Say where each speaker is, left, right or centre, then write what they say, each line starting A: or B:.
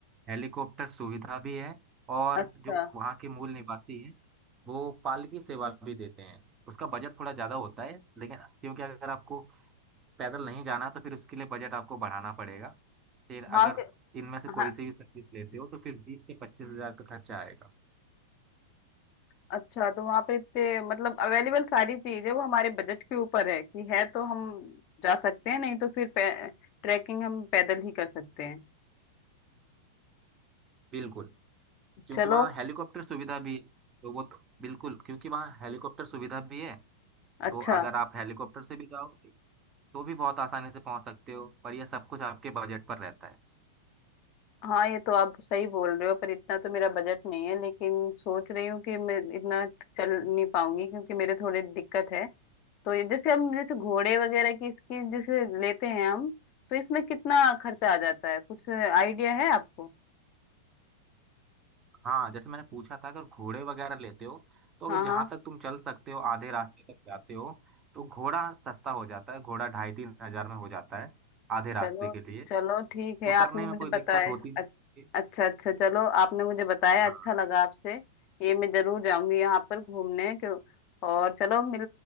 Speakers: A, on the right; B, on the left.
A: हेलीकॉप्टर सुविधा भी है और
B: अच्छा
A: जो वहाँ के मूल निवासी हैं वो पालकी सेवा भी देते हैं उसका बजट थोड़ा ज़्यादा होता है लेकिन क्योंकि अगर आपको पैदल नहीं जाना तो फिर उसके लिए बजट आपको बढ़ाना पड़ेगा फिर अगर
B: हाँ कि-
A: इनमें से कोई
B: हाँ
A: से भी सर्विस लेते हो तो फिर बीस से पच्चीस हजार का खर्चा आएगा
B: अच्छा तो वहाँ पे इतने मतलब अवेलेबल सारी चीज है वो हमारे बजट के ऊपर है कि है तो हम जा सकते हैं नहीं तो फिर ट्रैकिंग हम पैदल ही कर सकते हैं
A: बिल्कुल क्योंकि
B: चलो
A: वहाँ हेलीकॉप्टर सुविधा भी है तो वो तो बिल्कुल क्योंकि वहाँ हेलीकॉप्टर सुविधा भी है
B: अच्छा
A: तो अगर आप हेलीकॉप्टर से भी जाओगे तो भी बहुत आसानी से पहुंच सकते हो पर यह सब कुछ आपके बजट पर रहता है
B: हाँ ये तो आप सही बोल रहे हो पर इतना तो मेरा बजट नहीं है लेकिन सोच रही हूँ कि मैं इतना चल नहीं पाऊंगी क्योंकि मेरे थोड़े दिक्कत है तो ये जैसे हम जैसे घोड़े वगैरह की इसकी जैसे लेते हैं हम तो इसमें कितना खर्चा आ जाता है कुछ आइडिया है आपको
A: हाँ जैसे मैंने पूछा था अगर घोड़े वगैरह लेते हो तो अगर
B: हाँ
A: जहाँ
B: हाँ
A: तक तुम चल सकते हो आधे रास्ते तक जाते हो तो घोड़ा सस्ता हो जाता है घोड़ा ढाई तीन हजार में हो जाता है आधे रास्ते
B: चलो
A: के लिए
B: चलो ठीक है
A: उतरने
B: आपने
A: में
B: मुझे
A: कोई दिक्कत
B: बताया
A: होती नहीं
B: अच- अच्छा अच्छा चलो आपने मुझे बताया
A: हाँ
B: अच्छा लगा आपसे ये मैं जरूर जाऊंगी यहाँ पर घूमने क्यों और चलो मिल